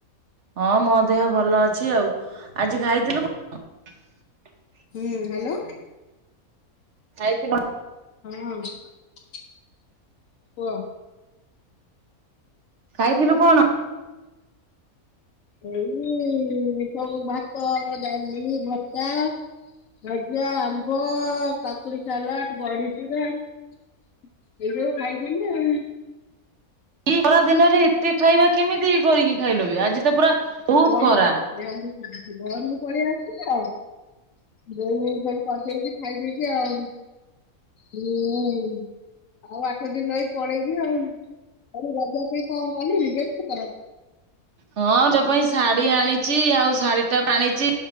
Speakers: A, on the right; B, on the left.
A: ହଁ ମୋ ଦେହ ଭଲ ଅଛି ଆଉ। ଆଜି ଖାଇଥିଲୁ <unintelligible>
B: ହୁଁ ହାଲୋ।
A: ଖାଇଛି କଣ
B: ହଁ। କୁହ।
A: ଖାଇଥିଲୁ କଣ?
B: ଏଇ ସବୁ ଭାତ ଡାଲି ଭର୍ତ୍ତା ଭଜା ଆମ୍ବ କାକୁଡ଼ି ସାଲାଟ ବଡିଚୁରା। ଏଇ ସବୁ ଖାଇଥିଲି ଆଉ।
A: ଇ ଖରା ଦିନରେ ଏତେ ଖାଇବା କେମିତି କରିକି ଖାଇଲ ବେ ଆଜି ତ ପୁରା ବହୁତ
B: ଘରୁକୁ
A: ଖରା
B: ଘରୁ ଉଁ ଘରୁକୁ ପଳେଇ ଆସୁଚ ତ ବୋଉ ସବୁ କରିଦେଇକି ଖାଇଦେଇକି ଆଉ ହୁଁଉଁ। ଆଉ ଆଠ ଦିନି ରହି ପଳେଇବି ଆଉ। ଆଉ ରଜ ପାଇଁ କଣ କଲୁଣିି ଡ୍ରେସ୍ ପତର?
A: ହଁ ଜ ପାଇଁ ସ୍ ଶାଢୀ ଆଣିଚି ଆଉ ଶାଢ଼ୀଟା ଆଣିଚି